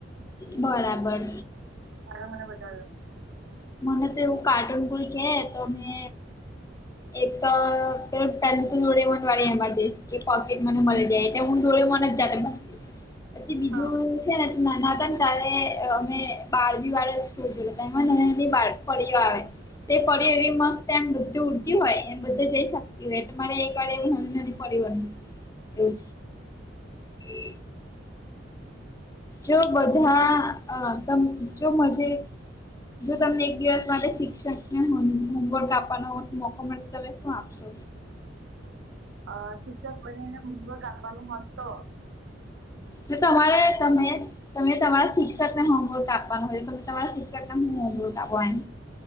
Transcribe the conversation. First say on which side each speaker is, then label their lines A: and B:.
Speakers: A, on the left; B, on the right.
A: બરાબર
B: હવે મને વધાયો,
A: મને તો એવું કાર્ટૂન કોઈ કે તો મે એક તો પેલુ <unintelligible> એમાં જઈશ કે પોકેટ મની મળી જાય, એ હું ડોરીમોન જ જાતે બન, પછી
B: ગમે
A: બીજું અમે નાના હતા ત્યારે અમે બાર્બી વાળો શો જોતા અને, ની બાર પરીઓ આવે, એ પરી એવી મસ્ત એમ બધું ઉડતી હોય એમ બધે જઈ શ <unintelligible> મારે એકવાર એવુ છ <unintelligible> ફરી વળું, એવું છે.
B: હા
A: જો બધા અ તમ જો મન્જે, જો તમને એક દિવસ માટે શિક્ષક ને હોમ હોમવર્ક આપવાનો મોકો મળતો તમે શું આપો આપશો
B: અ શિક્ષક બનીને હોમવર્ક આપવાનું હોત તો
A: જો તમારે તમે તમે તમારા શિક્ષક ને હોમવર્ક આપવાનું હોય તમારા શિક્ષકને હુ હોમવર્ક આપો એમ